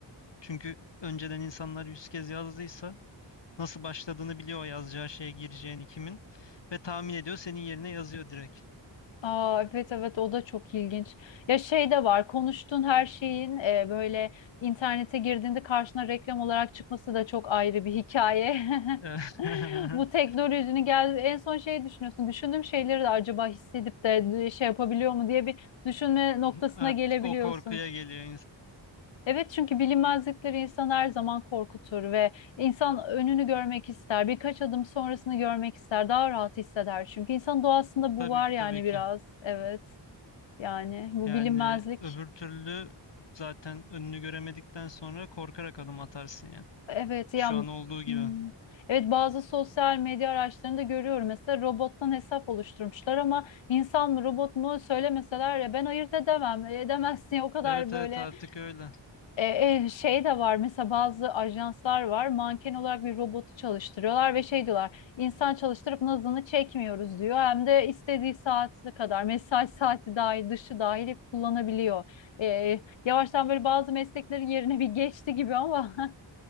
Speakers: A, on the left; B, on the left.
A: Çünkü önceden insanlar 100 kez yazdıysa nasıl başladığını biliyor o yazacağı şeye gireceğini kimin. Ve tahmin ediyor senin yerine yazıyor direkt.
B: Aa, evet evet o da çok ilginç. Ya şey de var konuştuğun her şeyin e, böyle internete girdiğinde karşına reklam olarak çıkması da çok ayrı bir hikaye. <laughs>
A: <laughs>
B: Bu teknolojinin gel en son şey düşünüyorsun. Düşündüğüm şeyleri de acaba hissedip de şey yapabiliyor mu diye bir düşünme noktasına
A: Artık
B: gelebiliyorsun.
A: o korkuya geliyor
B: Evet çünkü bilinmezlikleri insan her zaman korkutur ve insan önünü görmek ister. Birkaç adım sonrasını görmek ister. Daha rahat hisseder çünkü insan doğasında
A: Tabii
B: bu var
A: ki
B: yani
A: tabii ki.
B: biraz. Evet. Yani bu
A: Yani
B: bilinmezlik.
A: öbür türlü zaten önünü göremedikten sonra korkarak adım atarsın yani.
B: Evet ya
A: Şu an olduğu gibi.
B: hmm. evet bazı sosyal medya araçlarında görüyorum mesela robottan hesap oluşturmuşlar ama insan mı robot mu söylemeseler ya ben ayırt edemem edemezsin <laughs> o kadar
A: Evet
B: böyle
A: evet artık öyle.
B: E, e, şey de var mesela bazı ajanslar var manken olarak bir robotu çalıştırıyorlar ve şey diyorlar insan çalıştırıp nazını çekmiyoruz diyor hem de istediği saati kadar mesai <laughs> saati dahil dışı dahil hep kullanabiliyor. E, yavaştan böyle bazı mesleklerin yerine bir geçti gibi ama